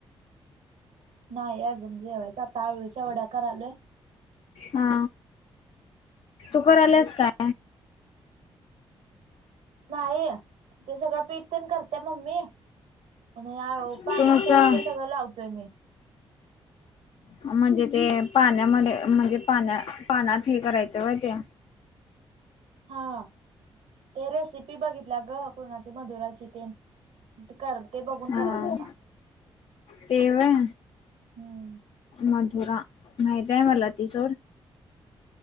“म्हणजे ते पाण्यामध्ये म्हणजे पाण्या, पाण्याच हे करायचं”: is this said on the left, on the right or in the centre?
Left